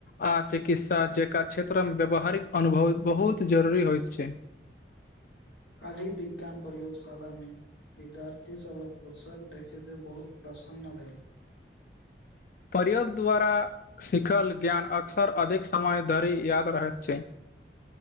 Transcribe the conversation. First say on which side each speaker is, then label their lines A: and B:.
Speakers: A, on the left (about 45°); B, on the left (about 80°).
A: आ चिकित्सा जेका क्षेत्रम व्यावहारिक अनुभव बहुत जरूरी होइत छै
B: कलही विज्ञान प्रयोगशाला में विद्यार्थी सब हक उत्सक देखेते बहुत प्रसन्न भेल
A: प्रयोग द्वारा सिखल ज्ञान अक्सर अधिक समय धरि याद रहैत छै